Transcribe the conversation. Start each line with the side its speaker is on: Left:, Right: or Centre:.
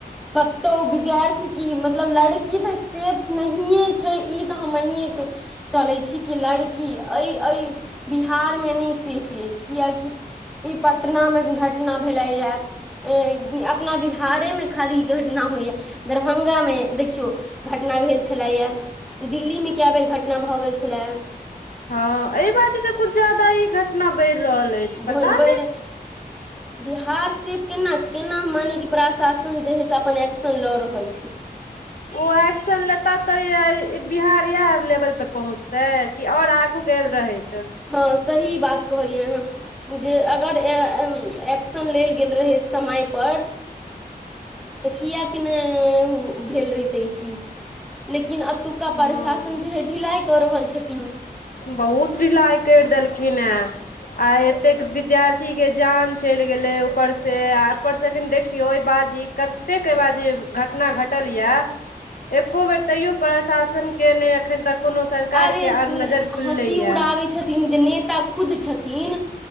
Centre: कतहु विद्यार्थी की मतलब लड़की तऽ सेफ नहिए छै ई तऽ हमएके चले छी कि लड़की अइ अइ बिहार मे नहि सेफ अछि कियाकि ई पटना मे घटना भेले या अ अपना बिहारे में खाली घटना होइए दरभंगा मे देखियौ घटना भेल छला या दिल्ली मे कए बेर घटना भऽ गेल छलए
Left: हँ एहि बाजे जे कुछ ज्यादा ई घटना बढ़ि रहल अछि पता
Centre: भरि
Left: नहि <inaudible>
Centre: बिहार सेफ केना छै केना हम मानिय कि प्रशासन जे हइ से अपन एक्शन लऽ रहल छै
Left: ओ एक्शन लेता तऽ बिहार त इएह लेवल पे पहुँचतै कि ओर आगू गेल रहैत त
Centre: हँ सही बात कहलियै हँ जे अगर ए - एक्शन लेल गेल रहे समय पर तऽ कियाक ने भेल रहिते ई चीज लेकिन एतुका
Left: हँ
Centre: प्रशासन जे हे ढिलाइ कऽ रहल छथिन
Left: बहुत ढिलाइ करि देलखिन ऐअ आइ एतेक विद्यार्थी के जान चलि गेलै ऊपर से आ ऊपर से अखन देखियौ एहि बाजी कत कतेक बाजीब <inaudible> घटना घटल यए एको बेर तैयो प्रशासन के नहि एखन तक कोनो सरकार
Centre: अरे
Left: के आ नजर खुलले
Centre: हँसी
Left: ये
Centre: उड़ाबै छथिन जे नेता खुद छथिन